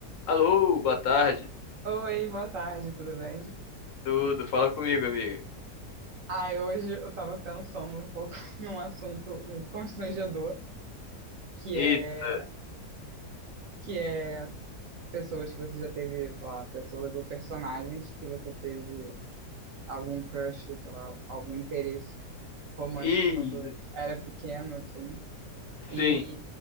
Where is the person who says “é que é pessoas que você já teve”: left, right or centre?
Right